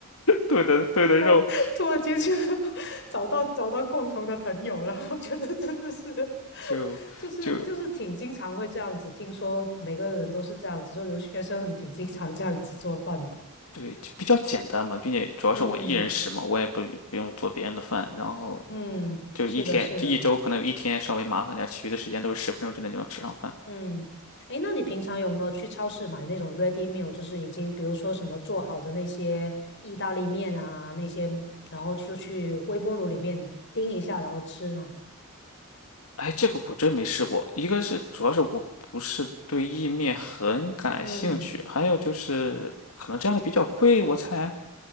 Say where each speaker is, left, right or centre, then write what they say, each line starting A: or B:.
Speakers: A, on the left (about 80°); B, on the left (about 55°).
A: 炖的炖的肉，
B: 我突然间就 <laughs> 找到找到共同的朋友了，我觉得真的是，
A: 就就
B: 就是就是挺经常会这样子，听说每个人都是这样子，就留学生很挺经常这样子做饭的。
A: 对，就比较简单嘛，并且主要是我一人食嘛，
B: 嗯
A: 我也不不用做别人的饭，然后
B: 嗯，
A: 就一天，
B: 是的，是的，
A: 就一周可能有一天稍微麻烦点其余的时间都是十分钟之内就能吃上饭。
B: 嗯，诶，那你平常有没有去超市买那种 ready meal，就是已经比如说什么做好的那些意大利面啊那些，然后就去微波炉里面叮一下，然后吃呢？
A: 哎，这个我真没试过。一个是主要是我不是对意面很感兴趣，
B: 嗯
A: 还有就是可能这样的比较贵，我猜。